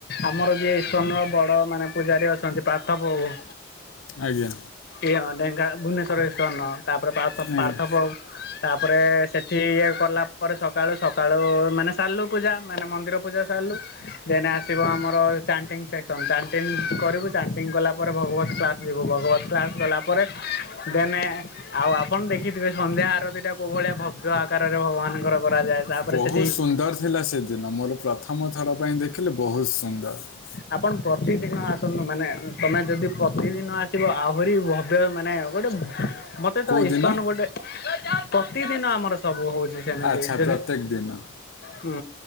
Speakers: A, on the left; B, on the left.
A: ଆମର ଯିଏ ଇସ୍କନର ବଡ଼ ମାନେ ପୂଜାରୀ ଅଛନ୍ତି ପାର୍ଥପବୁ-
B: ଆଜ୍ଞା-
A: ଏ ଭୁନେଶ୍ୱରରେ ଇସ୍କନ- ତାପରେ ପାର୍ଥ
B: ଆଜ୍ଞା
A: ପାର୍ଥପ ତା- ତାପରେ ସେଠି ଇଏ କଲା ପରେ ସକାଳୁ ସକାଳୁ ମାନେ ସାରିଲୁ ପୂଜା- ମାନେ ମନ୍ଦିର ପୂଜା ସାରିଲୁ ଦେନ୍ ଆସିବ ଆମର ଚାଣ୍ଟିଙ୍ଗ ସେକ୍ସନ୍ ଚାଣ୍ଟିଙ୍ଗ କରିବୁ ଚାଣ୍ଟିଙ୍ଗ କଲାପରେ ଭଗବତ କ୍ଲାସ୍ ଯିବୁ ଭଗବତ କ୍ଲାସ୍ କଲା ପରେରେ ଦେନ ଆଉ ଆପଣ ଦେଖିଥିବେ ସନ୍ଧ୍ୟା ଆର ଦିଟା କେଉଁ ଭଳିଆ ଭବ୍ୟ ଆକାରରେ ଭଗବାନଙ୍କର- କରାଯାଏ ତାପରେ
B: ବହୁତ
A: ସେଠି
B: ସୁନ୍ଦର ଥିଲା ସେ- ମୋର ପ୍ରଥମ ଥର ପାଇଁ ଦେଖିଲେ ବହୁତ ବହୁତ ସୁନ୍ଦର-
A: ଆପଣ ପ୍ରତିଦିନ ଆସନ୍ତୁ ମାନେ ତମେ ଯଦି ପ୍ରତିଦିନ ଆସିବ ଆହୁରି ଭବ୍ୟ ମାନେ ଗୋଟେ- ମୋତେ ତ
B: କୋଉ
A: ଇସ୍କନ୍
B: ଦିନ
A: ଗୋଟେ- ପ୍ରତିଦିନ ଆମର ସବୁ ହଉଛି- ସେମିତି
B: ଆଚ୍ଛା
A: ଯଦି
B: ପ୍ରତ୍ୟେକ ଦିନ।
A: ହୁଁ